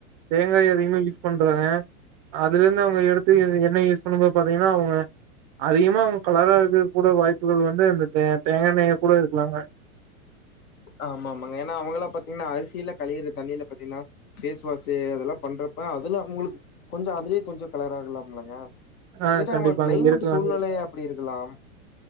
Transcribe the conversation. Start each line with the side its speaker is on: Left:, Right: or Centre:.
Right: தேங்கா அதிகமா யூஸ் பண்றாங்க அதுலருந்து அவுங்க எடுத்து இது எண்ணெ யூஸ் பண்ணுபோது பாத்தீங்கனா அவுங்க அதிகமா அவுங்க கலராருக்க கூட வாய்ப்புகள் வந்து அந்த தே தேங்கா எண்ணெயா கூட இருக்கலாங்க
Left: ஆமா ஆமாங்க ஏனா அவங்ள பாத்தீனா அரிசியில கழிறது தண்ணில பாத்தீனா ஃபேஸ் வாஷ்சு அதெல்லா பண்றப்ப அதுல உங்ளுக் கொஞ்சோ அதுலயே கொஞ்சோ கலர் ஆகலாம்லாங்க
Right: ஆ
Left: இல்ல
Right: கண்டிப்பாங்க.
Left: அவங்களுக் கிளைமேட்
Right: இருக்கலாங்க
Left: சூழ்நிலையா
Right: இருக்கு.
Left: அப்டி இருக்கலாம்